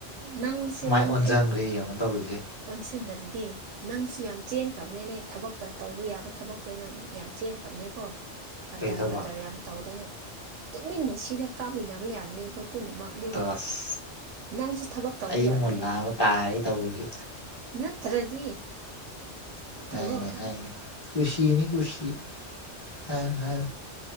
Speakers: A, on the right (about 85°); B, on the left (about 25°).
A: ꯅꯪꯁꯨ
B: ꯃꯥꯏ
A: ꯅꯪ
B: ꯑꯣꯟꯁꯤꯟꯈ꯭ꯔꯦ
A: ꯑꯩ
B: ꯌꯦꯡꯉꯣ ꯇꯧꯔꯤꯁꯦ
A: ꯑꯣꯟꯁꯤꯟꯗꯔꯗꯤ ꯅꯪꯁꯨ ꯌꯥꯝ ꯆꯦꯟꯈ꯭ꯔꯕꯅꯦ ꯅ ꯊꯕꯛꯇ ꯇꯧꯕ ꯌꯥꯕ ꯊꯕꯛꯇ ꯅ ꯅꯪ ꯌꯥꯝ ꯆꯦꯟꯈ꯭ꯔꯕꯅꯦ ꯀꯣ ꯀꯇꯔ
B: ꯀꯩ ꯊꯕꯛ
A: ꯃꯥꯇꯔ ꯌꯥꯝ ꯇꯧꯗꯅ ꯇꯨꯃꯤꯟꯅ ꯁꯤꯗ ꯀꯥꯞꯃꯤꯟꯅꯕ ꯌꯥꯕꯅꯤ ꯑꯩꯈꯣꯏ ꯄꯨꯝꯅꯃꯛ ꯑꯗꯨ
B: ꯇꯁ
A: ꯅꯪꯁꯨ ꯊꯕꯛ ꯇꯧꯕ
B: ꯑꯩ
A: ꯌꯥꯕꯅꯦ
B: ꯑꯃꯨꯛ ꯂꯥꯝꯕ ꯇꯥꯔꯦ ꯇꯧꯔꯤꯁꯦ
A: ꯅꯠꯇ꯭ꯔꯗꯤ ꯅꯠꯇꯕ꯭ꯔꯣ
B: ꯍꯥꯏꯅꯦ ꯍꯥꯏꯅꯦ ꯈꯨꯁꯤꯅꯤ ꯈꯨꯁꯤ ꯍꯥꯏ ꯍꯥꯏ